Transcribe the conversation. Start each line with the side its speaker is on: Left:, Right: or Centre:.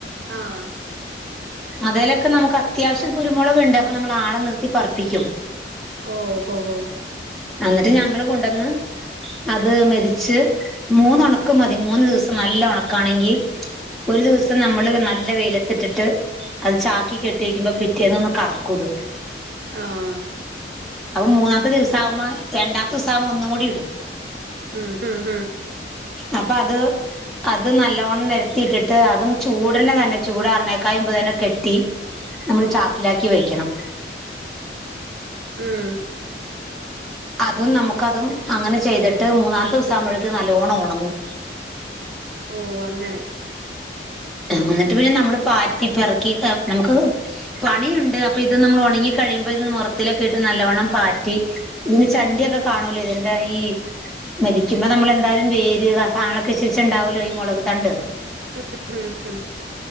Right: ആഹ്
Centre: അതേലൊക്കെ നമുക്ക് അത്യാവശ്യം കുരുമുളക് ഉണ്ട് അപ്പൊ നമ്മൾ ആളെ നിർത്തി പറിപ്പിക്കും
Right: ഓഹ് ഹോ ഹോ
Centre: അന്നിട്ട് ഞങ്ങള് കൊണ്ടന്ന് അത് മെതിച്ച് മൂന്ന് ഉണക്ക് മതി മൂന്ന് ദിവസം നല്ല ഉണക്കാണെങ്കിൽ ഒരു ദിവസം നമ്മള് നല്ല വെയിലത്തിട്ടിട്ട് അത് ചാക്കി കെട്ടിക്കുമ്പോ പിറ്റേന്ന ഒന്ന് കറക്കൂത്
Right: ആഹ്
Centre: അപ്പൊ മൂന്നാമത്തെ ദിവസ ആകുമ്പോ രണ്ടാമത്തെ ദിവസ ആവുമ്പോ ഒന്നും കൂടി ഇടും
Right: ഉം ഉം
Centre: അപ്പൊ അത് അത് നല്ലോണ്ണം നിരത്തിയിട്ടിട്ട് അതും ചൂടന് തന്നെ ചൂട് ആറിണേക്കായുമ്പ തന്നെ കെട്ടി നമ്മള് ചാക്കിലാക്കി വെക്കണം
Right: ഉം
Centre: അതും നമുക്കതും അങ്ങനെ ചെയ്തിട്ട് മൂന്നാമത്തെ ദിവസാകുമ്പോഴേക്ക് നല്ലോണം ഉണങ്ങും
Right: ഓഹ് അങ്ങനെ
Centre: എന്നിട്ട് പിന്നെ നമ്മള് പാറ്റി പിറക്കി നമുക്ക് പണിയുണ്ട് അപ്പൊ ഇത് നമ്മൾ ഉണങ്ങി കഴിയുമ്പോ ഇത് മുറത്തിലൊക്കെ ഇട്ട് നല്ലവണം പാറ്റി ഇതിന് ചണ്ടിയൊക്കെ കാണൂലെ ഇതിന്റെ ഈ മെതിക്കുമ്പോ നമ്മളെന്തായാലും വേര് കാളൊക്കെ ഇച്ചിരിച്ചുണ്ടാവല്ലോ ഈ മുളക് തണ്ട്
Right: ഉം ഉം